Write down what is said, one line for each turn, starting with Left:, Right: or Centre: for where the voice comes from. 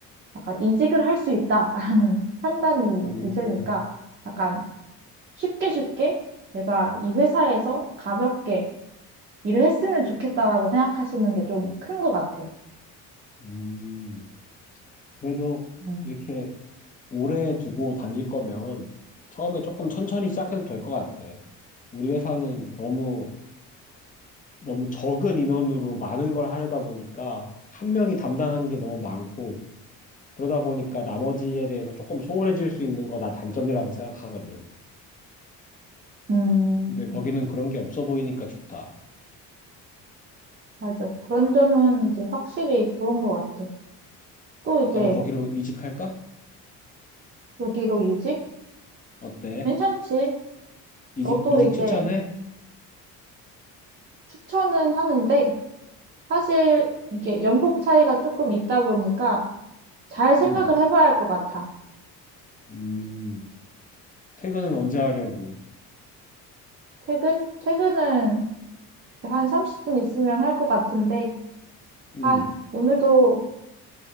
Right: 약간 이직을 할 수 있다라는 <laughs> 판단이
Left: 음,
Right: 드시니까 약간 쉽게 쉽게 얘가 이 회사에서 가볍게 일을 했으면 좋겠다라고 생각하시는 게 좀 큰 것 같아.
Left: 음. 그래도
Right: 음.
Left: 이렇게 오래 두고 다닐 거면 처음에 조금 천천히 시작해도 될 것 같아. 우리 회사는 너무 너무 적은 인원으로 많은 걸 하려다 보니까 한 명이 담당하는 게 너무 많고 그러다 보니까 나머지에 대해서 조금 소홀해질 수 있는 거 나 단점이라고 생각하거든.
Right: 음,
Left: 근데 거기는 그런 게 없어 보이니까 좋다.
Right: 맞아. 그런 점은 이제 확실히 좋은 것 같아. 또 이제
Left: 나도 거기로 이직할까?
Right: 여기로 이직?
Left: 어때?
Right: 괜찮지.
Left: 이직,
Right: 너도
Left: 이직
Right: 이제
Left: 추천해?
Right: 추천은 하는데 사실 이게 연봉 차이가 조금 있다 보니까 잘 생각을
Left: 응.
Right: 해봐야 할 것 같아.
Left: 음, 퇴근은 언제 하려고?
Right: 퇴근? 퇴근은 이제 한 30분 있으면 할 것 같은데
Left: 응.
Right: 아, 오늘도